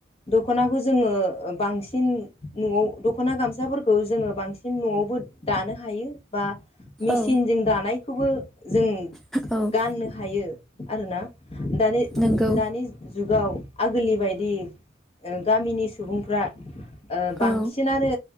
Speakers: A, on the left (about 35°); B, in the centre.
A: दख'नाखौ जोङो ओ बांसिन न'आव दख'ना गामसाफोरखौ जोङो बां सिन न'आवबो दानो हायो बा मेसिनजों
B: औ
A: दानायखौबो जों
B: औ
A: गाननो हायो आरोना दानि
B: नंगौ
A: दानि जुगाव आगोलनि बायदि ओ गामिनि सुबुंफ्रा ओ बांसिनानो
B: औ